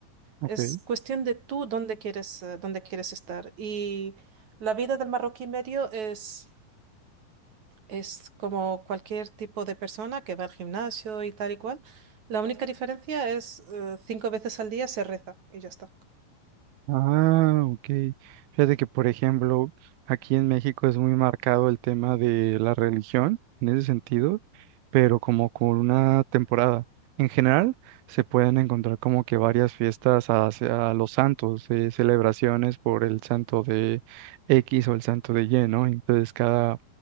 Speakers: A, on the right (about 85°); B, on the right (about 50°).
A: ok.
B: Es cuestión de tú dónde quieres, eh, dónde quieres estar. Y la vida del marroquí medio es, es como cualquier tipo de persona que va al gimnasio y tal y cual. La única diferencia es eh, cinco veces al día se reza y ya está.
A: Ah, ok. Fíjate que, por ejemplo, aquí en México es muy marcado el tema de la religión en ese sentido, pero como con una temporada. En general, se pueden encontrar como que varias fiestas hacia los santos, eh, celebraciones por el santo de X o el santo de Y, ¿no? Entonces, cada